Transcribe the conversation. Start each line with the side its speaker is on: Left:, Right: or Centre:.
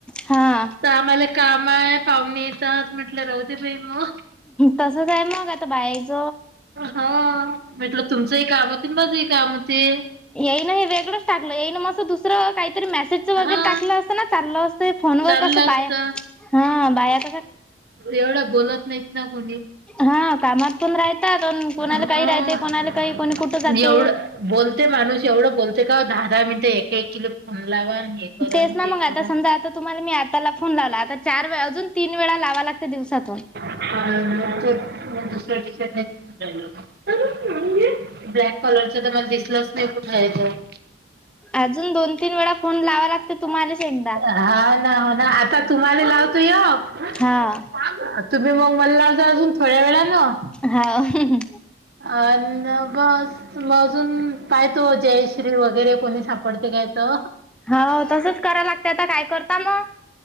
Centre: हा
Right: ते आम्हाला काम आहे पाहुणे येतात म्हटल राहू ते बाई म
Centre: तसच आहे मग आता बायाच
Right: हा म्हटल तुमचही काम होतील माझेही काम होतील
Centre: येईन हे वेगळच टाकल येईन मस दुसर काहीतरी मेसेज वगैरे
Right: हा
Centre: टाकल असत ना चालल असत फोन वर
Right: चाललं
Centre: कस बाया
Right: असत
Centre: हा बाया कस
Right: एवढ बोलत नाहीत ना कोणी
Centre: हा कामात पण रायतात कोणाला
Right: हा
Centre: काही रायते कोणाला काही कोणी कुठ जाते
Right: एवढं बोलते माणूस एवढ बोलते का दहा दहा मिनट एक एक किल फोन लावा करा
Centre: तेच
Right: आणि
Centre: ना
Right: ते
Centre: मंग आता
Right: करा.
Centre: समजा आता तुम्हाला मी आत त्याला फोन लावला, आता चार वेळा अजून तीन वेळा लावावं लागतं दिवसातून.
Right: <unintelligible> <unintelligible> ब्लॅक कॉलरच तर मला दिसलंच नाही कुठे आहे तं.
Centre: अजून दोन तीन वेळा फोन लावावं लागतं, तुम्हालाच एकदा
Right: ह ना, हो ना आता तुम्हाला लावतो यक
Centre: हा
Right: तुम्ही मंग मला लावजा अजून थोड्या वेळानं.
Centre: हा, हं, हं.
Right: अनं बस म अजून काय तो जयश्री वगैरे कोणी सापडते काय तो.
Centre: हो तसंच करायला लागते, आता काय करता मग?